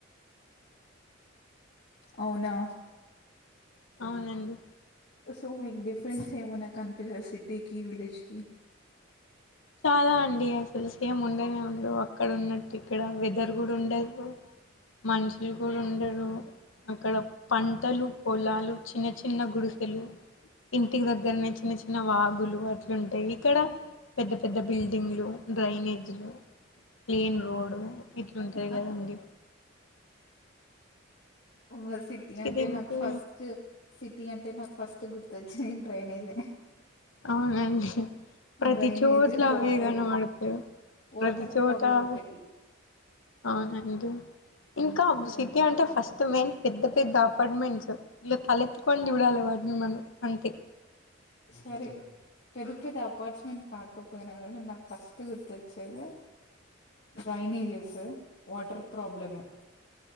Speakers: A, on the left (about 60°); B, on the left (about 90°).
A: అవునా
B: ఔనండి.
A: సో మీక్ డిఫరెన్సేమున్న కన్పిస సిటీకి విలేజ్కి
B: చాలా అండి అసలు సేముండనే ఉండవు అక్కడున్నట్టిక్కడ వె జర్గుడుండదు మన్షుల్ గూడుండరు. అక్కడ పంటలు పొలాలు చిన్న చిన్న గుడిసెలు ఇంటికి దగ్గర్నే చిన్న చిన్న వాగులు అట్లుంటయ్ ఇక్కడ ద బిల్డింగ్లు డ్రైనేజ్లు క్లీన్ రోడు ఇట్లుంటది
A: ఆ
B: గదండి.
A: మద్ సిటీ అంటె
B: దీనికి
A: నాక్ ఫస్ట్ సిటీ అంటె నాక్ ఫస్ ట్ గుర్తొచ్చ్నేద్ డ్రైనేజె.
B: ఔనండి ప్రతి
A: డ్రైనేజ్
B: చోట్ల అవ్వె
A: వాటర్
B: గనబడ్తయ్.
A: వాటర్
B: ప్రదిచోటా
A: ప్రాబ్లం
B: అవ్
A: ఒకటి
B: ఔనండి. ఇంకా అవ్ సిటీ అంటె ఫస్ట్ మెయ్న్ పెద్ద పెద్ద అపాట్మెంట్స్. ఇలా తలెత్తుకొన్ జూడాలె వాట్ని మనం అంతె.
A: సరే పెద్ద పెద్ద అపాట్స్మెంట్ కాకపొయ్నా గూడ నాక్ ఫస్ట్ గుర్తుచ్చేది డ్రైనేజెస్సు వాట్ర్ ప్రాబ్లము.